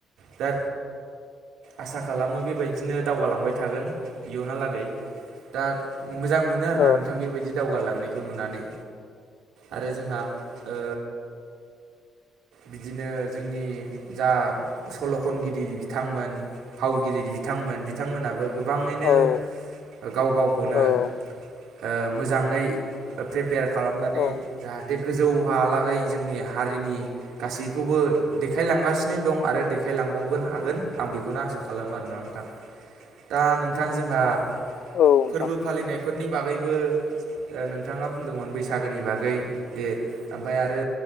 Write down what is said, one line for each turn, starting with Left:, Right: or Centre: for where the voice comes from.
Right: दा आसा खालामो बेबायदिनो दावगालांबाय थागोन इयुनालागै दा मोजां मोनो आरो
Left: औ
Right: ना नोंथां बेबायदि दावगालांनायखौ नुनानै। आरो जोंहा ओ बिदिनो जोंनि जा सल'खनगिरि बिथांमोन फावगिरि बिथांमोन बिथांमोनाबो गोबाङैनो
Left: औ
Right: गाव गावखौनो
Left: औ
Right: ओ मोजाङै प्रिपेयार खालामनानै
Left: औ
Right: जाहाथे गोजौहालागै जोंनि हारिनि गासैखौबो देखायलांगासिनो दं आरो देखायलांबावगोन हागोन। आं बेखौनो आसा खालामो आरो ना आं नोंथां। दा नोंथां जोंहा फोरबो
Left: औ नोंथां
Right: फालिनायफोरनि बागैबो ओ नोंथाङा बुंदोंमोन बैसागोनि बागै दे ओमफ्राय आरो